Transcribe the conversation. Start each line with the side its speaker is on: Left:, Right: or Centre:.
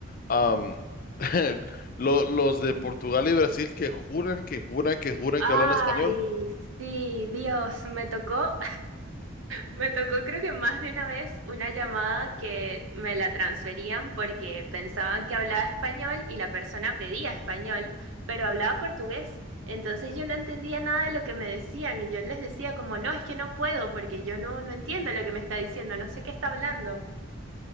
Left: Am, <laughs> lo- los de Portugal y Brasil que juran, que juran, que juran
Right: Ay,
Left: que hablan español.
Right: sí, Dios, me tocó Me tocó creo que más de una vez una llamada que me la transferían porque pensaban que hablaba español y la persona pedía español, pero hablaba portugués. Entonces yo no entendía nada de lo que me decían y yo les decía como, no, es que no puedo porque yo no, no entiendo lo que me está diciendo, no sé qué está hablando.